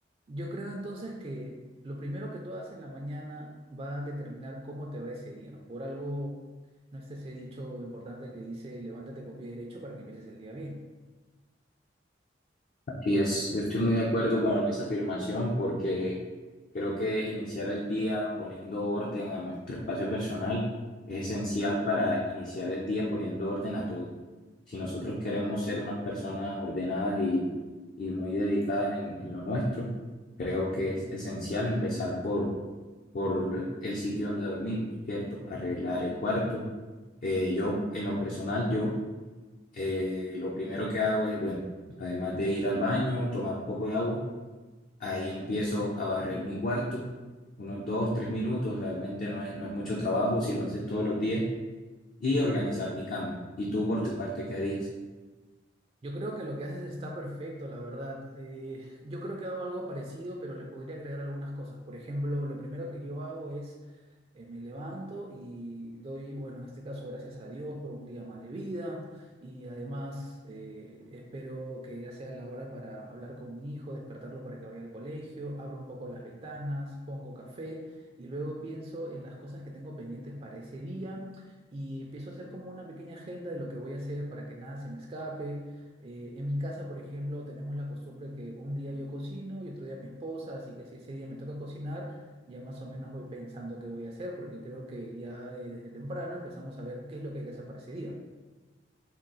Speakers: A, on the right; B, on the left.
A: Yo creo entonces que lo primero que tú hagas en la mañana va a determinar cómo te va ese día. Por algo no está ese dicho importante que dice levántate con pie derecho para que empieces el día bien.
B: Sí, es, yo estoy muy de acuerdo con esa afirmación porque creo que iniciar el día poniendo orden a nuestro espacio personal es esencial para iniciar el día poniendo orden a todo. Si nosotros queremos ser unas personas ordenadas y, y muy dedicadas en, en lo nuestro, creo que es esencial empezar por, por el sitio donde dormimos, ¿cierto? Arreglar el cuarto. Eh, yo, en lo personal, yo eh, lo primero que hago es, bueno, además de ir al baño, tomar un poco de agua, ahí empiezo a barrer mi cuarto, unos dos, tres minutos, realmente no es, no es mucho trabajo si lo haces todos los días, y organizar mi cama. ¿Y tú por tu parte qué harías?
A: Yo creo que lo que haces está perfecto, la verdad. Eh, yo creo que hago algo parecido, pero le podría agregar algunas cosas. Por ejemplo, lo primero que yo hago es eh, me levanto y doy, bueno, en este caso, gracias a Dios por un día más de vida y además eh, espero que ya sea la hora para hablar con mi hijo, despertarlo para que vaya al colegio, abro un poco las ventanas, pongo café y luego pienso en las cosas que tengo pendientes para ese día y empiezo a hacer como una pequeña agenda de lo que voy a hacer para que nada se me escape. Eh, en mi casa, por ejemplo, tenemos la costumbre que un día yo cocino y otro día mi esposa, así que si ese día me toca cocinar, ya más o menos voy pensando qué voy a hacer, porque creo que ya desde temprano empezamos a ver qué es lo que hay que hacer para ese día.